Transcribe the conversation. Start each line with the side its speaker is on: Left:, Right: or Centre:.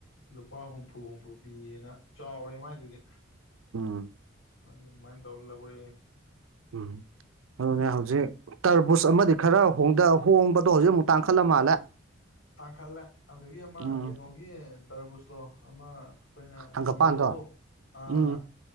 Left: ꯂꯨꯄꯥ ꯍꯨꯝꯐꯨ ꯍꯨꯝꯐꯨ ꯄꯤꯌꯦꯅ ꯆꯥꯎꯔꯦ ꯃꯥꯏꯗꯨꯗꯤ
Right: ꯎꯝ
Left: ꯑꯗꯨ ꯑꯗꯨꯃꯥꯏꯅ ꯇꯧꯔ ꯂꯧꯔꯦ
Right: ꯎꯝ ꯑꯗꯨꯅꯦ ꯍꯧꯖꯤꯛ ꯇꯔꯕꯨꯁ ꯑꯃꯗꯤ ꯈꯔ ꯍꯣꯡꯗ ꯍꯣꯡꯕꯗꯣ ꯍꯧꯖꯤꯛ ꯑꯃꯨꯛ ꯇꯥꯡꯈꯠꯂ ꯃꯥꯜꯂꯦ
Left: ꯇꯥꯡꯈꯠꯂꯦ ꯑꯗꯨꯗꯒꯤ ꯑꯃ
Right: ꯎꯝ
Left: ꯀꯩꯅꯣꯒꯤ ꯇꯔꯕꯨꯁꯇꯣ ꯑꯃ ꯑꯩꯈꯣꯏꯅ
Right: ꯍꯪꯒꯄꯥꯟꯗꯣ
Left: ꯌꯦꯂꯣꯗꯣ ꯑꯥ
Right: ꯎꯝ
Left: ꯑꯥ